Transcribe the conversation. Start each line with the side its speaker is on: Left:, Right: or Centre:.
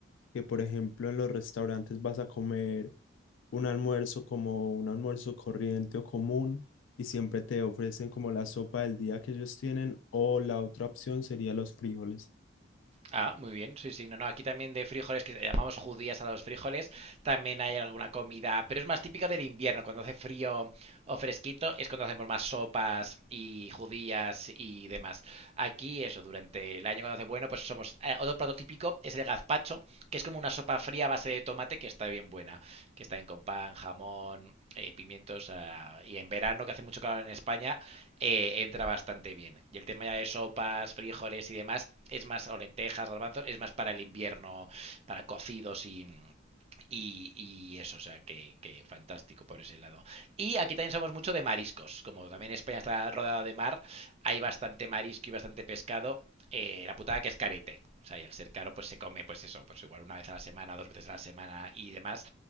Left: que por ejemplo en los restaurantes vas a comer un almuerzo como un almuerzo corriente o común y siempre te ofrecen como la sopa del día que ellos tienen o la otra opción sería los frijoles.
Right: Ah, muy bien, sí, sí. No, no, aquí también de frijoles, que llamamos judías a los frijoles, también hay alguna comida, pero es más típica del invierno, cuando hace frío o fresquito, es cuando hacemos más sopas y judías y demás. Aquí, eso, durante el año cuando hace bueno, pues somos... eh, otro plato típico es el gazpacho, que es como una sopa fría a base de tomate que está bien buena, que está bien con pan, jamón, eh, pimientos, ah, y en verano, que hace mucho calor en España, eh, entra bastante bien. Y el tema ya de sopas, frijoles y demás es más, o lentejas, garbanzos, es más para el invierno, para cocidos y, y, y eso, o sea, que, que fantástico por ese lado. Y aquí también somos mucho de mariscos. Como también España está rodeada de mar, hay bastante marisco y bastante pescado. Eh, la putada que es carete. O sea, y al ser caro, pues se come, pues eso, pues igual una vez a la semana, dos veces a la semana y demás.